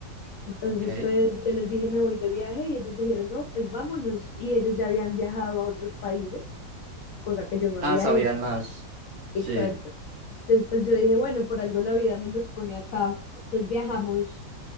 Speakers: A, on the left (about 70°); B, on the right (about 55°).
A: Entonces,
B: ok.
A: pues yo les dije, me voy de viaje y ellos dijeron, no, pues vámonos. Y ellos ya habían viajado a otros países, cosa que yo no había
B: Ah, sabían
A: hecho.
B: más.
A: Exacto.
B: Sí.
A: Entonces, pues yo dije, bueno, por algo la vida me los pone acá. Entonces viajamos